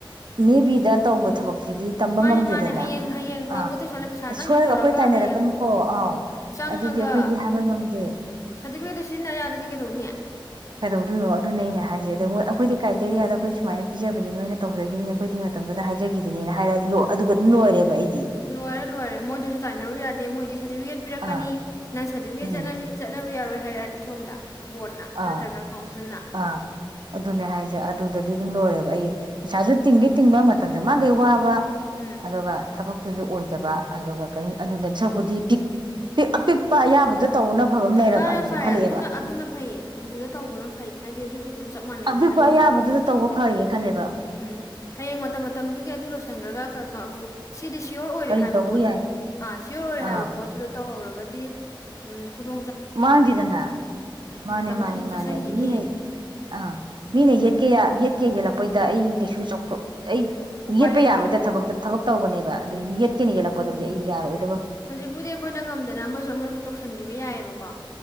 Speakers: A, on the right (about 60°); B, on the left (about 35°).
A: ꯃꯦꯕꯤꯗ ꯇꯧꯕ ꯊꯕꯛꯁꯤꯗꯤ ꯇꯝꯕ
B: ꯃꯥꯅꯦ
A: ꯉꯝꯗꯦꯗꯅ
B: ꯃꯥꯅꯦ ꯍꯌꯦꯡ ꯍꯌꯦꯡ ꯇꯧꯒ
A: ꯑꯥ
B: ꯇꯧꯁꯜꯂꯦ ꯄꯩꯁꯥ ꯆꯪꯒꯦ
A: ꯁꯣꯏꯒ
B: ꯇꯧꯔꯒ
A: ꯑꯩꯈꯣꯏ ꯇꯥꯏꯅꯔꯛꯀꯅꯨꯀꯣ
B: ꯍꯌꯦꯡ
A: ꯑꯥ
B: ꯆꯪꯉꯒ
A: ꯑꯗꯨꯗꯤ ꯑꯩꯈꯣꯏꯗꯤ ꯍꯥꯏꯕ ꯉꯝꯗꯦ
B: ꯁꯥꯔꯇꯤꯐꯤꯀꯦꯠꯇꯣ ꯁꯤꯖꯤꯟꯅ ꯌꯥꯗ꯭ꯔꯗꯤ ꯀꯩꯗꯧꯅꯤ
A: ꯀꯩꯗꯧꯗꯣꯏꯅꯣ ꯑꯗꯨꯅꯦ ꯑꯩꯅ ꯍꯥꯏ ꯑꯗꯣ ꯃꯣꯏ ꯑꯩꯈꯣꯏꯗꯤ ꯀ꯭ꯔꯥꯏꯇꯦꯔꯤꯌꯥꯗ ꯑꯩꯈꯣꯏ ꯁꯨꯃꯥꯏꯅ ꯄꯤꯖꯅꯤ ꯅꯣꯏꯅ ꯇꯧꯖꯒꯤꯕꯅꯤ ꯑꯈꯣꯏꯗꯤ ꯃꯇꯝꯗꯨꯗ ꯍꯥꯏꯖꯒꯤꯗꯨꯅꯤ ꯍꯥꯏꯔꯑꯗꯤ ꯂꯣꯏ ꯑꯗꯨꯒ ꯑꯗꯨꯝ ꯂꯣꯏꯔꯦꯕ ꯑꯩꯗꯤ
B: ꯂꯣꯏꯔꯦ ꯂꯣꯏꯔꯦ ꯃꯣꯏꯗꯁꯨ ꯇꯥꯏꯅꯔꯨ ꯌꯥꯗꯦ ꯃꯣꯏꯗꯤ ꯁꯥꯔꯇꯤꯐꯤꯀꯦꯠ ꯄꯤꯔꯛꯀꯅꯤ
A: ꯑꯥ
B: ꯅꯪ ꯁꯥꯔꯇꯤꯐꯤꯀꯦꯠ
A: ꯎꯝ
B: ꯆꯠꯅꯅꯤ ꯆꯠꯅ ꯅꯕ ꯌꯥꯔꯣꯏ ꯍꯥꯏꯔꯛꯑꯗꯤ ꯁꯣꯝꯗ ꯕꯣꯔꯠꯅ
A: ꯑꯥ
B: ꯅꯠꯇ꯭ꯔꯒ ꯀꯥꯎꯟꯁꯤꯜꯅ
A: ꯑꯥ ꯑꯗꯨꯅꯦ ꯍꯥꯏꯁꯦ ꯑꯗꯨꯗꯗꯤ ꯑꯗꯨꯝ ꯂꯣꯏꯔꯦꯕ ꯑꯩ ꯄꯩꯁꯥꯁꯨ ꯇꯤꯡꯒꯦ ꯇꯤꯡꯕ ꯃꯇꯝꯁꯨ ꯃꯥꯒꯩ ꯋꯥꯕ
B: ꯎꯝ
A: ꯑꯗꯨꯒ ꯊꯕꯛ ꯁꯨ ꯑꯣꯏꯗꯕ ꯑꯗꯨꯒ ꯀꯦꯝ ꯑꯗꯨꯗ ꯁꯛꯄꯨꯗꯤ ꯄꯤꯛ ꯑꯄꯤꯛꯄ ꯑꯌꯥꯕꯗꯨ ꯇꯧꯕꯅ ꯐꯕ ꯑꯃ ꯂꯩꯔꯕ
B: ꯐꯔꯦ
A: ꯑꯩꯁꯨ
B: ꯐꯔꯦ
A: ꯈꯜꯂꯛꯑꯦꯕ
B: ꯑꯗꯨꯅ ꯑꯗꯨꯅ ꯐꯩꯌꯦ ꯑꯗꯨꯗ ꯇꯧꯕꯅ ꯐꯩ ꯍꯥꯏꯗꯤ ꯑꯗꯨꯁꯨ ꯑꯗꯨꯝ ꯆꯞ ꯃꯥꯟꯅꯩ
A: ꯑꯄꯤꯛꯄ
B: ꯅꯪ
A: ꯑꯌꯥꯕꯗꯨꯗ
B: ꯇꯥꯛꯐꯝ ꯊꯣꯛꯄ
A: ꯇꯧꯕ ꯐꯒꯦ ꯈꯜꯂꯦꯕ
B: ꯎꯝ ꯍꯌꯦꯡ ꯃꯇꯝ ꯃꯇꯝꯗꯨꯒꯤ ꯑꯗꯨ ꯂꯣꯏꯁꯟꯈ꯭ꯔꯒ ꯁꯤꯗꯤ ꯁꯤꯌꯣꯔ ꯑꯣꯏꯔꯦ
A: ꯀꯔꯤ
B: ꯍꯥꯏꯕ
A: ꯇꯧꯕ
B: ꯄꯣꯠꯇꯣ
A: ꯌꯥꯏ
B: ꯑꯥ ꯁꯤꯌꯣꯔ ꯑꯣꯏꯔꯦ ꯍꯥꯏꯕ
A: ꯑꯥ
B: ꯄꯣꯠꯇꯨꯗ ꯇꯧꯍꯧꯔ ꯗꯤ ꯎꯝ ꯈꯨꯗꯣꯡ
A: ꯃꯥꯡꯗꯦꯗꯅ ꯃꯥꯅꯦ
B: ꯃꯇꯝꯁꯨ
A: ꯃꯥꯅꯦ
B: ꯁꯨꯝ ꯆꯠꯁꯤꯟꯈꯤꯅꯤ
A: ꯃꯥꯅꯦ ꯍꯥꯏꯗꯤ ꯃꯤꯅ ꯑ ꯃꯤꯅ ꯌꯦꯠꯀꯦ ꯌꯥ ꯌꯦꯠ ꯀꯦ ꯌꯦꯜꯂꯛꯄꯩꯗ ꯑꯩ ꯀꯩꯁꯨ ꯆꯥꯎꯊꯣꯛ ꯑꯩ
B: ꯎꯄꯥꯏ
A: ꯌꯦꯠꯄ
B: ꯂꯩꯇꯦ
A: ꯌꯥꯔꯣꯏꯗ ꯊꯕꯛꯇ ꯊꯕꯛ ꯇꯧꯕꯅꯦꯕ ꯑꯗꯤꯏ ꯌꯦꯠꯀꯦꯅ ꯌꯦꯠꯂꯛꯄꯗꯗꯤ ꯑꯩ ꯌꯥꯔꯣꯏ
B: ꯍꯧꯖꯤꯛꯄꯨꯗꯤ ꯑꯩꯈꯣꯏꯅ ꯉꯝꯗꯅ ꯑꯃꯁꯨ ꯑꯃꯁꯨ ꯇꯧꯁꯤꯟꯈꯤꯕ ꯑꯗꯨ ꯌꯥꯏꯑꯕꯀꯣ